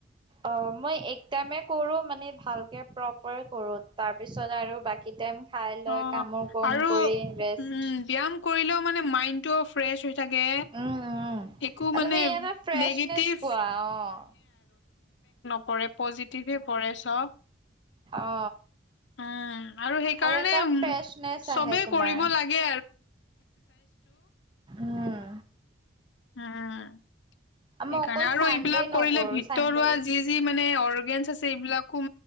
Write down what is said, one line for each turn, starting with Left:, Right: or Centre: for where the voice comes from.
Right: অ' মই এক টাইমে কৰো মানে ভালকে প্ৰপাৰ কৰো তাৰপিছত আৰু বাকী টাইম খাই লৈ
Left: অ'
Right: কামৰ কম
Left: আৰু
Right: কৰি
Left: উম
Right: ৰেষ্ট
Left: ব্যায়াম কৰিলেও মানে মাইণ্ডটোও ফ্ৰেচ হৈ থাকে।
Right: উম, উম
Left: একো
Right: অ'
Left: মানে
Right: তুমি এটা ফ্ৰেচনেচ
Left: নেগেটিভ
Right: পোৱা অ'।
Left: কৰে পজিটিভে পৰে চব
Right: অ
Left: উম আৰু সেইকাৰণে
Right: এটা
Left: উ
Right: ফ্ৰেছনেছ
Left: <inaudible> চবেই
Right: আহে
Left: এক্সাৰচাইজ
Right: তোমাৰ
Left: কৰিব লাগে
Right: উম
Left: আ আ সেইকাৰণে
Right: মই অকল
Left: আৰু
Right: চানডে
Left: এইবিলাক
Right: নকৰো
Left: কৰিলে ভিতৰুৱা
Right: চানডে
Left: যি যি অৰ্গেনছ আছে এইবিলাকো